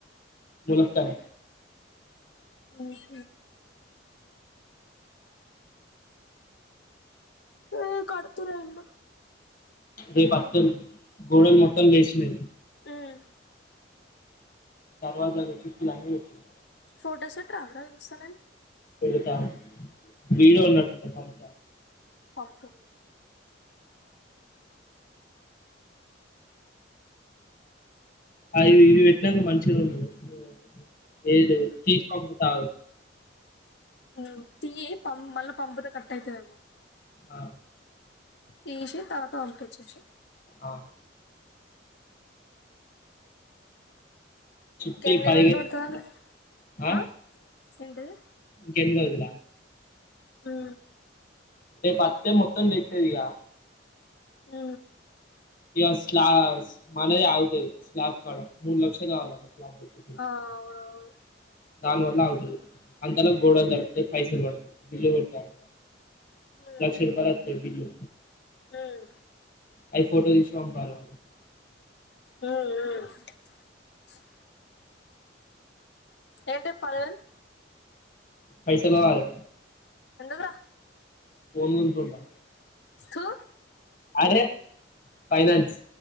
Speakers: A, on the left; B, on the left.
A: ములక్కాయ
B: ఆ హ ఏ కడుతురన్న
A: రేపతారు గోడల్ మొత్తం లెస్నాయ్
B: ఉమ్
A: దర్వాజాలు కిటికీలు అన్ని పెట్టిర్రు
B: ఫోటోస్ పేట్రావరా చూస్తానెం
A: పెడుతా ఆగు విడో ఉన్నట్టుంది పామ్
B: పంపు
A: అఆ ఇది పెట్నక్క మంచ్ <unintelligible> ఏది లేదు తీసి పంపుతా ఆగు
B: ఉ తీయ్ పం మళ్ళ పంపితే కట్ అయితది ఏమో
A: ఆ
B: తీశి తరువాత పంపించ్చేషయ్
A: ఆ చిట్టి
B: ఇంకా ఎన్ని
A: పదివేలు
B: రోజులు పడతాళ్లు
A: ఆ
B: అ ఏంటిది
A: ఇంకెన్ని రోజుల
B: మ్
A: రేపత్తే మొత్తం తేత్తదిగా
B: ఊ
A: ఇగా స్లా మనదే ఆగుతది స్లాప్ కాడా మూడు లక్షలు కావాలట స్లాబ్ ఒత్తుకు
B: ఆ అవునవును
A: దాని వల్ల ఆగుతది అంతల గోడలు తడుస్తాయి పైసలు పడుతది బిల్లు పెట్టాలే
B: హ్మ్
A: లక్షరూపాయలు అత్తాయ్ బిల్లు
B: హ్మ్
A: అయి ఫోటో తీశి పంపాలి వాళ్ళకి
B: ఆఆ ఏంటీ <unintelligible>
A: పైసలు కావాలి
B: ఎందుకు రా
A: ఫోన్ కొనుకుంటా
B: తూ
A: అరే ఫైనాన్స్